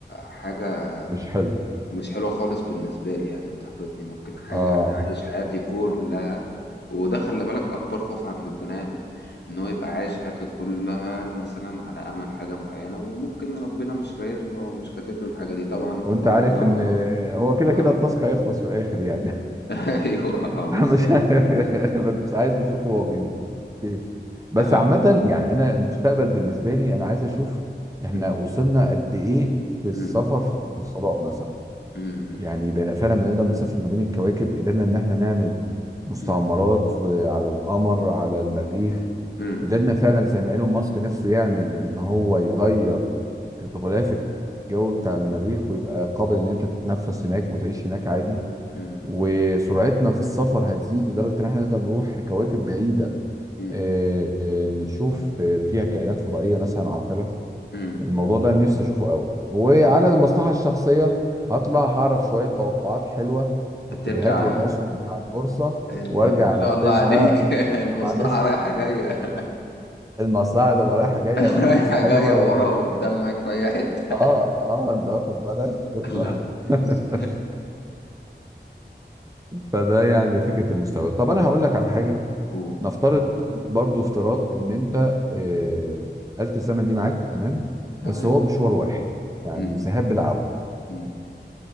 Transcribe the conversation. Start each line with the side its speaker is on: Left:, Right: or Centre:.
Left: حاجة
Right: مش حلو
Left: مش حلوة خالص بالنسبة لي يعني بتحبطني ممكن حاجة
Right: اه
Left: أنا عايش حياتي كلها وده خلي بالك أكبر خوف عند البني آدم إن هو يبقى عايش حياته كلها مثلا على أمل حاجة معينة وممكن ربنا مش رايد له أو مش كاتب له الحاجة دي طبعا
Right: وانت
Left: اللهم
Right: عارف
Left: لا اعتراض
Right: ان هو كده كده
Left: اه
Right: التاسك هيخلص في الاخر يعني
Left: <laughs> أيوه
Right: <laughs>
Left: اه بالظبط
Right: مش بس عايز اشوفه هو بينتهي إيه. بس
Left: <laughs>
Right: عامة
Left: اه
Right: يعني انا المستقبل بالنسبة لي انا عايز اشوف احنا
Left: أمم،
Right: وصلنا قد ايه في السفر
Left: أمم،
Right: في الفضاء مثلا
Left: أمم،
Right: يعني بقينا فعلا بنقدر نسافر ما بين الكواكب قدرنا ان احنا نعمل مستعمرات
Left: أمم.
Right: على القمر على المريخ
Left: مم.
Right: قدرنا فعلا زي ما ايلون ماسك نفسه يعمل ان هو يغير الغلاف الجوي بتاع المريخ ويبقى قابل ان انت تتنفس هناك وتعيش هناك عادي
Left: مم.
Right: وسرعتنا في السفر هتزيد لدرجة ان احنا نقدر نروح كواكب بعيدة
Left: مم.
Right: آه، آه، نشوف فيها كائنات فضائية مثلا عاقلة
Left: مم.
Right: الموضوع ده نفسي اشوفه قوي وعلى
Left: ايوه
Right: المصلحة الشخصية هطلع هعرف شوية توقعات حلوة اتجاهات
Left: هترجع
Right: للأسهم بتاع البورصة
Left: انت
Right: وارجع
Left: ان شاء
Right: انفذها
Left: الله عليك <laughs> المصلحة
Right: طب معلش
Left: رايحة جاية
Right: المصلحة تبقى رايحة جاية
Left: <laughs>
Right: هنعمل
Left: رايحة
Right: فلوس حلوة
Left: جاية ورا
Right: و...
Left: وقدام معاك في اي حتة
Right: اه اه انت واخد بالك بالظبط
Left: <laughs> لا عايز
Right: <laughs> فده يعني فكرة المستقبل طب انا هقول لك على حاجة
Left: أوه.
Right: نفترض برضو افتراض ان انت آه، آلة الزمن دي معاك تمام
Left: تمام
Right: بس هو مشوار واحد يعني
Left: مم.
Right: ذهاب بالعودة
Left: مم.